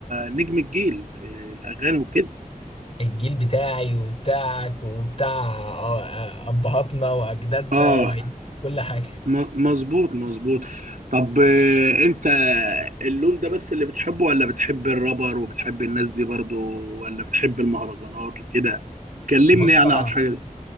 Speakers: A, on the right; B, on the left.
A: نجم الجيل في الاغاني وكده
B: الجيل بتاعي وبتاعك وبتاع آه، آه، ابهاتنا واجدادنا
A: اه
B: وكل حاجه
A: م- مظبوط مظبوط طب آه، انت اللون ده بس اللي بتحبه ولا بتحب الرابر وبتحب الناس دي برضو ولا بتحب المهرجانات وكده كلمني
B: بص
A: يعني
B: انا
A: عن الحاجه دي